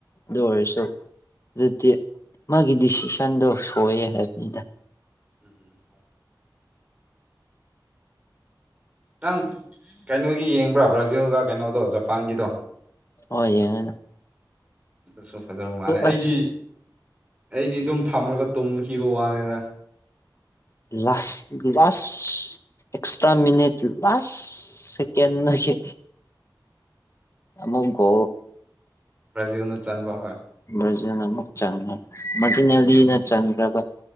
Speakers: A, on the left; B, on the right.
A: ꯑꯗꯨ ꯑꯣꯏꯔꯁꯨ ꯑꯗꯨꯗꯤ ꯃꯥꯒꯤ ꯗꯤꯁꯤꯁꯟꯗꯣ ꯁꯣꯏꯑꯦ ꯍꯥꯏꯕꯅꯤꯗ
B: ꯎꯝ ꯎꯝ ꯎꯝ ꯅꯪ ꯀꯩꯅꯣꯒꯤ ꯌꯦꯡꯕ꯭ꯔꯥ ꯕ꯭ꯔꯥꯖꯤꯜꯗ ꯀꯩꯅꯣꯗꯣ ꯖꯄꯥꯟꯒꯤꯗꯣ
A: ꯍꯣꯏ ꯌꯦꯡꯉꯦꯅ
B: ꯑꯗꯨꯁꯨ ꯐꯖꯕ ꯃꯥꯜꯂꯦ ꯑꯩꯗꯤ
A: ꯑꯁ
B: ꯑꯩꯗꯤ ꯑꯗꯨꯝ ꯊꯝꯃꯔꯒ ꯇꯨꯝꯈꯤꯕ ꯋꯥꯅꯤꯅ
A: ꯂꯥꯁ ꯂꯥꯁ ꯑꯦꯛꯁꯇ꯭ꯔꯥ ꯃꯤꯅꯤꯠ ꯂꯥꯁ ꯁꯀꯦꯟ ꯅꯣꯏꯈꯤ ꯑꯃꯨꯛ ꯒꯣꯜ
B: ꯕ꯭ꯔꯥꯖꯤꯜꯅ ꯆꯥꯟꯕ ꯍꯣꯏ
A: ꯕ꯭ꯔꯖꯤꯟ ꯑꯃꯨꯛ ꯆꯪꯉꯦ ꯃꯗꯤꯅꯦꯂꯤꯅ ꯆꯟꯈ꯭ꯔꯕ